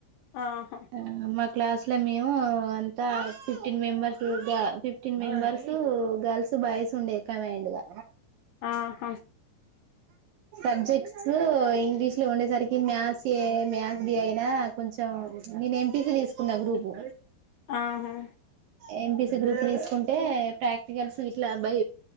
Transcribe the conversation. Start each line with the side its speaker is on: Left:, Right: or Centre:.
Left: ఆహా
Right: ఆహ్ మ క్లాస్ లో మేము. అంతా ఫిఫ్టీన్ మెంబర్స్ గా ఫిఫ్టీన్ మెంబర్స్ గర్ల్స్, బాయ్స్ ఉండేద్ కమైండ్ గా
Left: ఆహ్ హా
Right: సబ్జెక్ట్స్ ఇంగ్లీష్ లో ఉండేసరికి మ్యాథ్స్ ఏ మ్యాథ్స్ బి అయినా కొంచెం. నేను ఎం. పీ. సి. తీసుకున్నా గ్రూపు
Left: ఆహ్ హా
Right: ఎం. పీ. సి. గ్రూప్ తీసుకుంటే. ప్రాక్టికల్స్ ఇట్లా భై